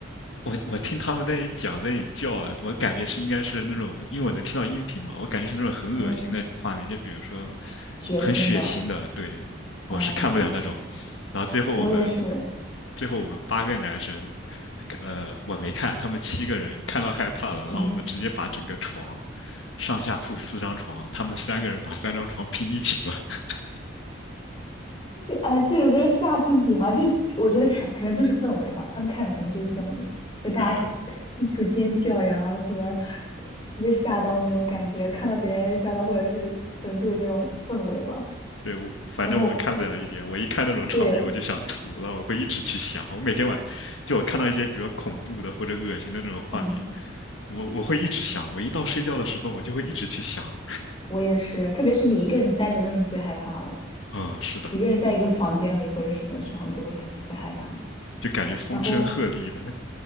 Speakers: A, on the left (about 75°); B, on the left (about 25°).
A: 我我听他们在那里讲，在那里叫，我感觉是应该是那种，因为我能听到音频嘛，我感觉是那种很恶心的画面，
B: 嗯，
A: 就比如说
B: 血腥的，
A: 很血腥的，对，我是看不了那种。
B: 哦，
A: 然后最后我们，
B: 我也是，
A: 最后我们八个男生，呃，我没看，他们七个人看到害怕了，然后我们直接把整个床，
B: 嗯。
A: 上下铺四张床，他们三个人把三张床拼一起了，<laughs>
B: 这啊，这种就是吓自己嘛，就我觉得看可能就是氛围吧，他们看的可能就是氛围吧，就大家四四处尖叫呀，
A: 对。
B: 什么就被吓到那种感觉，看到别人吓到，或者是可能就有这种氛围吧。
A: 对，我反正我看不了一点，
B: 然后
A: 我一看那种场面我就想吐，
B: 对，
A: 然后我会一直去想。我每天晚就我看到一些比较恐怖的或者恶心的那种画面，
B: 嗯，
A: 我我会一直想。我一到睡觉的时候，我就会一直去想。
B: 我也是，特别是你一个人待着的时候，你最害怕了，
A: 嗯，是的，
B: 一个人在一个房间里或者是什么的时候，你就会特特别害怕。
A: 就感觉风声鹤唳的。
B: 然后